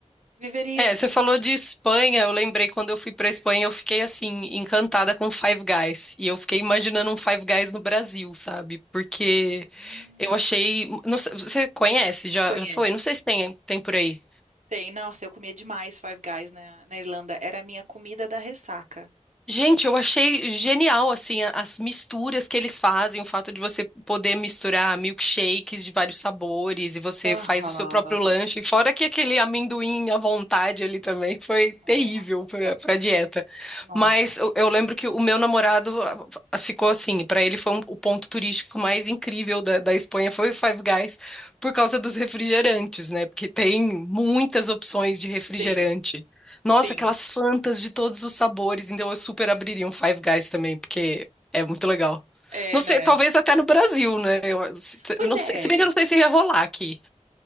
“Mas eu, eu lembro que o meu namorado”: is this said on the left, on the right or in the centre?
Centre